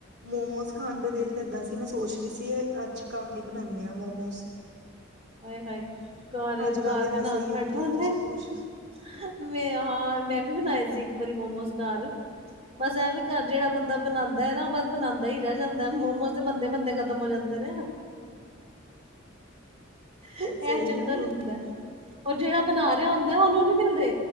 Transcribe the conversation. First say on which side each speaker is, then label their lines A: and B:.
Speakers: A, on the right (about 60°); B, on the right (about 30°).
A: ਮੋਮੋਸ ਖਾਣ ਤੇ ਦਿਲ ਕਰਦਾ ਸੀ। ਤੇ ਮੈਂ ਸੋਚ ਰਹੀ ਸੀ ਅੱਜ ਘਰ ਈ ਬਣਾਉਂਦੇ ਆ ਮੋਮੋਸ।
B: ਆਏ-ਹਾਏ ਘਰ,
A: ਅੱਜ ਕੱਲ੍ਹ
B: ਘਰ
A: ਤਾਂ ਵੈਸੇ
B: ਬਣਾਉਣ
A: ਹੀ ਯੂਟਿਊਬ
B: ਬੈਠੋ
A: ਤੋਂ
B: ਤੇ
A: ਸਭ ਕੁਛ
B: ਮੈਂ ਹਾਂ ਮੈਂ ਵੀ ਬਣਾਏ ਸੀ ਇੱਕ ਵਾਰੀ ਮੋਮੋਸ ਘਰ। ਬਸ ਐ ਵੀ ਘਰ ਜਿਹੜਾ ਬੰਦਾ ਬਣਾਉਂਦਾ ਐ ਨਾ ਉਹ ਬਸ ਬਣਾਉਂਦਾ ਈ ਰਹਿ ਜਾਂਦਾ, ਮੋਮੋਸ ਤੇ ਬਣਦੇ ਬਣਦੇ ਖਤ ਖਤਮ ਹੋ ਜਾਂਦੇ ਨੇ। ਇਹ
A: ਸਹੀ
B: ਚੱਕਰ
A: ਗੱਲ
B: ਹੁੰਦਾ ਐ ਔਰ ਜਿਹੜਾ ਬਣਾ ਰਿਹਾ ਹੁੰਦਾ ਉਹਨੂੰ ਨਹੀਂ ਮਿਲਦੇ